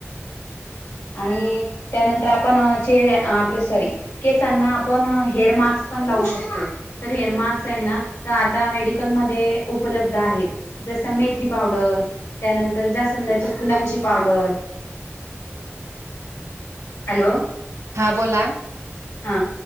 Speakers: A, on the left; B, on the right.
A: आणि त्यानंतर आपण चे आपले सॉरी केसांना आपण हेअर मास्क पण लावू शकतो तर हेअर मास्क आहे ना तर आता मेडिकलमध्येध्ये उपलब्ध आहेत जस मेथी पावडर त्यानंतर जासंदाची फुलांची पावडर
B: <unintelligible> <inaudible>
A: हॅलो
B: हां बोला
A: हा